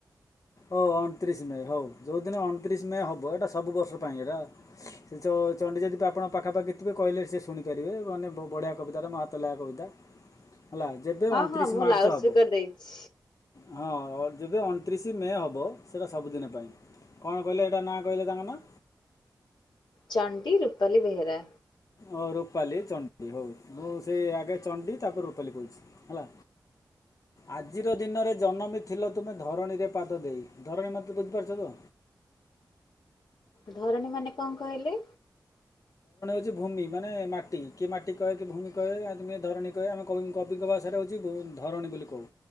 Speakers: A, on the left; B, on the left.
A: ଓ ଅଣତିରିଶି ମେ ହଉ ଯୋଉ ଦିନ ଅଣତିରିଶି ମେ ହବ ଏଇଟା ସବୁ ବର୍ଷ ପାଇଁ ଏଇଟା ସେ ଚ ଚଣ୍ଡୀ ଯଦି ତ ଆପଣଙ୍କ ପାଖାପାଖି ଥିବେ କହିଲେ ସେ ଶୁଣିପାରିବେ ମାନେ ବ ବଢ଼ିଆ କବିତାଟା ମୋ ହାତ ଲେଖା କବିତା। ହେଲା ଯେବେ
B: ହଁ
A: ଅଣତିରିଶ
B: ହଁ ମୁଁ
A: ମାର୍ଚ୍ଚ
B: ଲାଉଡ
A: ହେବ
B: ସ୍ପିକର ଦେଇଛି।
A: ହଁ ଯେବେ ଅଣତିରିଶି ମେ ହବ ସେଇଟା ସବୁଦିନ ପାଇଁ କଣ କହିଲେ ଏଇଟା ନାଁ କହିଲେ ତାଙ୍କ ନାଁ?
B: ଚଣ୍ଡୀ ରୂପାଲି ବେହେରା
A: ଓ ରୂପାଲି ଚଣ୍ଡୀ ହଉ ମୁଁ ସେଇ ଆଗେ ଚଣ୍ଡୀ ତାପରେ ରୂପାଲି କହୁଛି ହେଲା ଆଜିର ଦିନରେ ଜନମି ଥିଲ ତୁମେ ଧରଣୀରେ ପାଦ ଦେଇ ଧରଣୀ ମତେ ବୁଝିପାରୁଛ ତ?
B: ଧରଣୀ ମାନେ କଣ କହିଲେ?
A: ଉଛି ଭୂମି ମାନେ ମାଟି କିଏ ମାଟି କହେ କି ଭୂମି କହେ କେ ଆ ମୁଇଁ ଧରଣୀ କହେ ଆମେ କବିଙ୍କ କବିଙ୍କ ଭାଷାରେ ହେଉଛି ଭୂ ଧରଣୀ ବୋଲି କହୁ